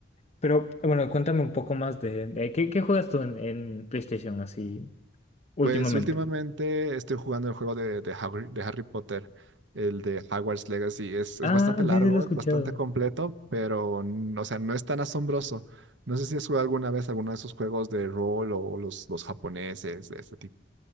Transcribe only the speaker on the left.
Pero bueno, cuéntame un poco más de, de ¿qué, qué juegas tú en, en PlayStation así últimamente?
Ah,
ya, ya lo he escuchado.